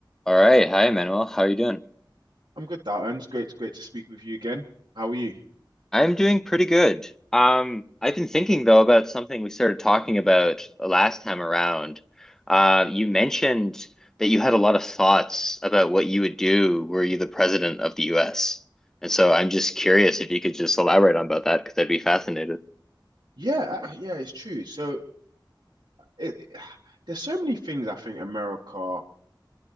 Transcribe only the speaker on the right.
I'm good, Dalton. It's great, great to speak with you again. How are you?
Yeah, uh, yeah, it's true. So it, it- <sighs> there's so many things I think America